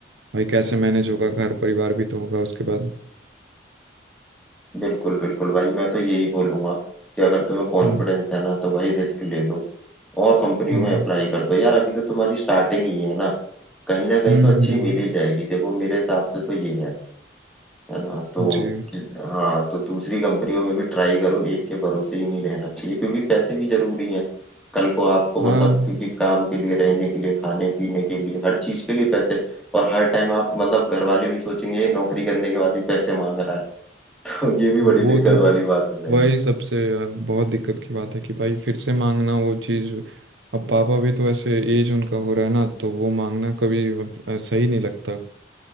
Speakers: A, on the right; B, in the centre.
A: भाई कैसे मैनेज होगा घर परिवार भी तो होगा उसके बाद
B: बिल्कुल बिल्कुल भाई मैं तो यही बोलूंगा कि अगर तुम्हें कॉन्फिडेंस
A: हम्म
B: है ना तो भाई रिस्क ले लो और कंपनियों
A: हम्म
B: में अप्लाई कर दो यार अभी तो तुम्हारी स्टार्टिंग ही है ना कहीं ना कहीं
A: हम्म
B: तो अच्छी
A: हम्म,
B: मिल ही जाएगी देखो मेरे हिसाब से तो ये है है ना तो
A: जी
B: हाँ तो दूसरी कंपनियों में भी ट्राई करो एक के भरोसे ही नहीं रहना चाहिए क्योंकि पैसे भी जरूरी हैं कल को आपको
A: हाँ
B: मतलब क्योंकि काम के लिए रहने के लिए खाने पीने के लिए हर चीज के लिए पैसे और हर टाइम आप मतलब घर वाले भी सोचेंगे ये नौकरी करने के बाद भी पैसे मांग रहा है <laughs> तो ये भी
A: अब
B: बड़ी
A: वो
B: दिक्कत
A: तो
B: वाली बात हो जाएगी
A: वही सबसे यार बहुत दिक्कत की बात है कि भाई फिर से मांगना वो चीज़ अब पापा भी तो ऐसे एज उनका हो रहा है ना तो वो मांगना कभी अब, अ, सही नहीं लगता